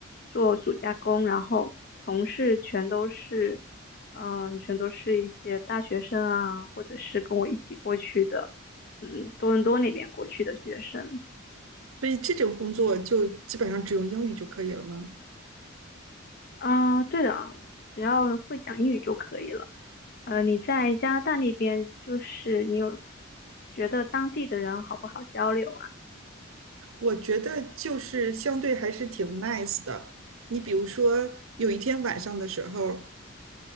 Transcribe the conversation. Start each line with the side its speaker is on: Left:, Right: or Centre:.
Left: 做暑假工，然后同事全都是，嗯、全都是一些大学生啊，或者是跟我一起过去的，嗯，多伦多那边过去的学生。
Right: 所以这种工作就基本上只用英语就可以了吗？
Left: 啊，对的，只要会讲英语就可以了。呃，你在加拿大那边，就是你有觉得当地的人好不好交流啊？
Right: 我觉得就是相对还是挺 nice 的。你比如说，有一天晚上的时候，